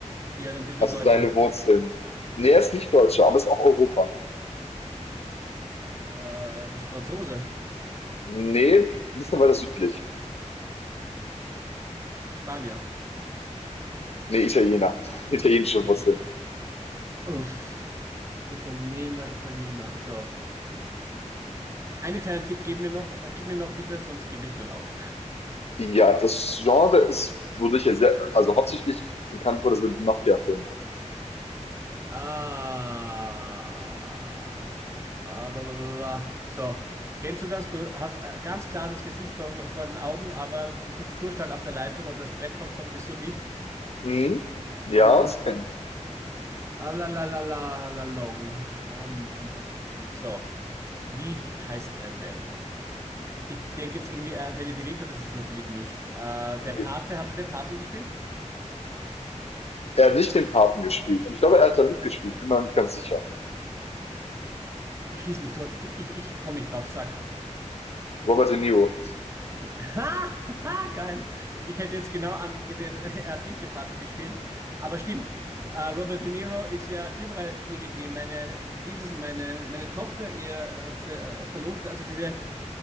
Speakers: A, on the right (about 20°); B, on the left (about 55°).
A: ja, dann bist
B: Also
A: du ein Deutscher.
B: seine Wurzeln. Nee, er ist nicht Deutscher, aber ist auch Europa.
A: Äh, bist du Franzose?
B: Nee, ein bisschen weiter südlich.
A: Spanier?
B: Nee, Italiener. <laughs> Italienische
A: Italiener.
B: Wurzeln.
A: Uff, Italiener, Italiener, so. Einen kleinen Tipp gib mir noch, äh, gib mir noch bitte, sonst gebe ich dann auf.
B: Ja, das Genre ist, wodurch er sehr also hauptsächlich bekannt wurde, sind Mafia-Filme.
A: Ah. Ah, ba, ba, ba, ba. So, kennst du das? Du hast äh, ganz klar das Gesicht vor, vor den Augen, aber du sitzt so stark auf der Leitung und das Brett vorm Kopf ist so dicht.
B: Mhm. Ja,
A: Ähm,
B: Das kenn
A: alalalalalalalong. Ähm, ähm, ähm, ähm, ähm, so, wie heißt er denn? Ich denke jetzt irgendwie an Danny DeVito, das ist es natürlich nicht. Äh, der
B: ne,
A: Pate, hat er den Paten gespielt?
B: er hat nicht den Paten gespielt. Aber ich glaube, er hat da mitgespielt, Ich bin mir aber nicht ganz sicher.
A: Schieß mich tot, ich, ich komme nicht drauf, sag.
B: Robert De Niro.
A: <laughs> Ha, ha, geil. Ich hätte jetzt genau an, den, <laughs> er hat nicht den Paten gespielt, aber stimmt, äh, Robert De Niro ist ja überall irgendwie meine, wie ist es, meine, meine Tochter, ihr äh, Ver, äh, Verlobter, also diese